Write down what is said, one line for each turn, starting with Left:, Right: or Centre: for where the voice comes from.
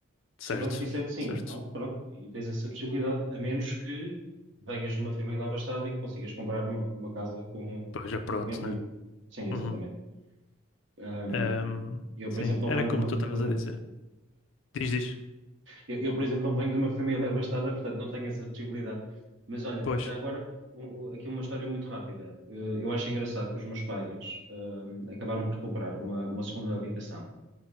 Left: Certo,
Right: Se o banco disser que sim,
Left: certo.
Right: então pronto, aí tens essa possibilidade, a menos que venhas de uma família abastada e que consigas comprar uma, uma casa com,
Left: Pois é, pronto,
Right: com dinheiro vivo.
Left: né?
Right: Sim, exatamente.
Left: Uhum.
Right: Ahm,
Left: Ahm,
Right: eu,
Left: sim,
Right: por exemplo,
Left: era
Right: não venho
Left: como
Right: de uma
Left: tu
Right: fa-
Left: estavas a dizer. Diz, diz.
Right: Eu, eu, por exemplo, não venho de uma família <laughs> abastada, portanto não tenho essa possibilidade. Mas olha,
Left: Pois.
Right: já agora, um- um- aqui uma história muito rápida. Eu, eu acho engraçado que os meus pais hum, acabaram por comprar uma, uma segunda habitação